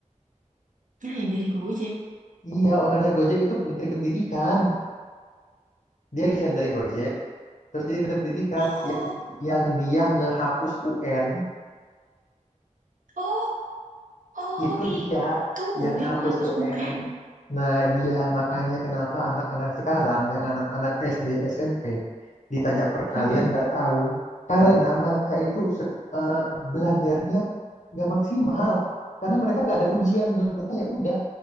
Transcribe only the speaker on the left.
Iya, ownernya Gojek itu Menteri Pendidikan. Dia resign dari Gojek, terus jadi Menteri Pendidikan.
Yang yang dia ngehapus UN
Itu
dia yang ngapus
UN.
Nah, dia makanya kenapa anak-anak sekarang, yang anak-anak SD, SMP, ditanya perkalian
nggak tahu. Karena mereka itu set- eh, belajarnya nggak maksimal. Karena mereka nggak ada ujian. Menurut Mereka ya udah,